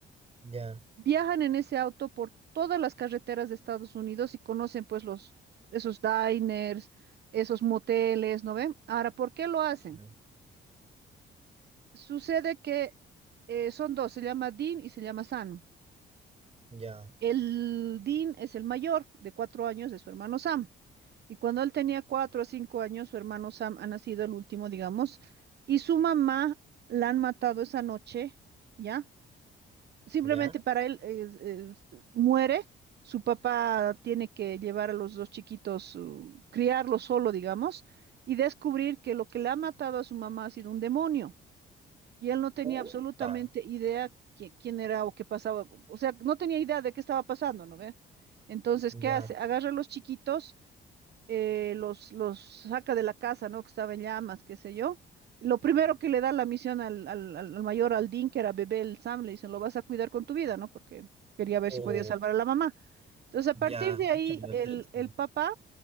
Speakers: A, on the right (about 30°); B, on the right (about 55°).
A: ya,
B: Viajan en ese auto por todas las carreteras de Estados Unidos y conocen pues los esos diners, esos moteles, ¿no ven? Ahora, ¿por qué lo hacen?
A: ya,
B: Sucede que eh, son dos, se llama Dean y se llama Sam.
A: ya,
B: El Dean es el mayor de cuatro años de su hermano Sam. Y cuando él tenía cuatro o cinco años, su hermano Sam ha nacido el último, digamos, y su mamá la han matado esa noche, ¿ya? Simplemente
A: ya,
B: para él es- es- muere, su papá tiene que llevar a los dos chiquitos, uh, criarlos solo, digamos, y descubrir que lo que le ha matado a su mamá ha sido un demonio. Y él no tenía
A: Puta.
B: absolutamente idea qui- quién era o qué pasaba, o sea, no tenía idea de qué estaba pasando, ¿no ve? Entonces, ¿qué
A: ya,
B: hace? Agarra a los chiquitos, eh, los, los saca de la casa, ¿no? Que estaba en llamas, qué sé yo. Lo primero que le da la misión al, al, al- al mayor, al Dean, que era bebé, el Sam, le dicen, lo vas a cuidar con tu vida, ¿no? Porque quería ver
A: oh,
B: si podía salvar a la mamá. Entonces, a
A: ya,
B: partir de ahí,
A: pucha, me
B: el,
A: atreviste.
B: el papá,